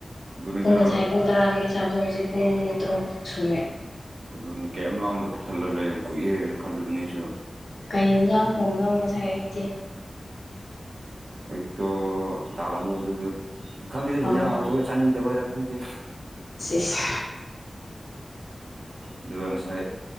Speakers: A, on the right; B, on the left.
A: ꯑꯗꯨꯅꯤꯗꯅ
B: ꯄꯨꯡ ꯉꯁꯥꯏ ꯄꯨꯡ ꯇꯔꯥꯗꯒꯤ ꯆꯥꯕꯗꯣ ꯍꯧꯖꯤꯛ ꯄꯨꯡ ꯇꯔꯨꯛ ꯁꯨꯉꯦ
A: ꯑꯗꯨꯅꯦ ꯀꯩꯝ ꯂꯥꯝꯗ ꯄꯨꯛ ꯊꯟꯂ ꯂꯩꯌꯦ ꯌꯥꯝ ꯀꯨꯏꯌꯦ ꯈꯜꯂꯨꯕꯅꯤ ꯑꯩꯁꯨ
B: ꯀꯩ ꯏꯟꯁꯥꯡ ꯊꯣꯡꯕꯅꯣ ꯉꯁꯥꯏ ꯑꯩꯌꯨꯛꯇꯤ
A: ꯑꯌꯨꯛꯇꯣ ꯗꯥꯜ ꯑꯃꯨꯕꯗꯒꯤ ꯈꯡꯗꯦꯗ
B: ꯑꯧ
A: ꯍꯤꯟꯖꯥꯡ ꯍꯥꯎꯇꯕꯩꯔ ꯆꯥꯅꯤꯡꯗꯕꯩꯔ ꯈꯪꯗꯦ
B: ꯁꯤꯁ
A: ꯑꯗꯨꯒ ꯉꯁꯥꯏ